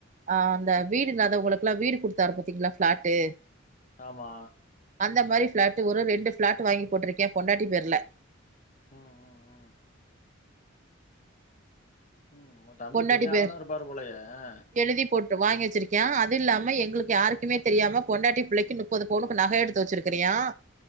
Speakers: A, on the right; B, on the left.
A: ஆ அந்த வீடு இல்லாதவங்களுக்குலாம் வீடு குடுத்தாரு பாத்தீங்களா ஃபிளாட்டு
B: ஆமா
A: அந்த மாரி ஃபிளாட்டு ஒரு ரெண்டு ஃபிளாட் வாங்கி போட்டிருக்க பொண்டாட்டி பேர்ல
B: உம் உம் உம் உம் ஒ தம்பி
A: பொண்டாட்டி
B: பெரிய ஆள
A: பேர்
B: தா இருப்பாரு போலயே ஆ
A: எழுதி போட்டு வாங்கி வச்சிருக்கியான் அது இல்லாம எங்களுக்கு யாருக்குமே தெரியாம பொண்டாட்டி பிள்ளைக்கு முப்பது பவுனுக்கு நக எடுத்து வச்சிருக்கிறியன் ஆ